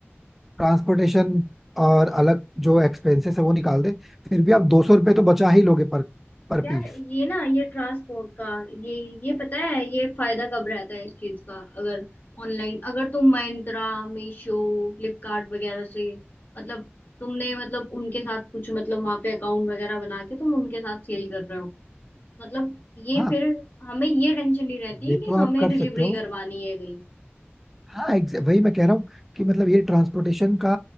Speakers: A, in the centre; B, on the left (about 45°).
A: ट्रांसपोर्टेशन और अलग जो एक्सपेंसेस है वो निकाल दे फिर भी आप दो सौ रुपये तो बचा ही लोगे पर पर
B: यार
A: पीस
B: ये ना ये ट्रांसपोर्ट का ये ये पता है ये फायदा कब रहता है इस चीज का अगर ऑनलाइन अगर तुम Myntra मीशो फ्लिपकार्ट वगैरह से मतलब तुमने मतलब उनके साथ कुछ मतलब वहां पे अकाउंट वगैरह बना के तुम उनके साथ सेल कर रहे हो मतलब ये
A: हाँ
B: फिर हमें ये टेंशन नहीं रहती
A: ये
B: है कि
A: तो
B: हमें
A: आप कर
B: डिलीवरी
A: सकते हो
B: करवानी है कहीं
A: हाँ exa- वही मैं कह रहा हूँ कि मतलब ये ट्रांसपोर्टेशन का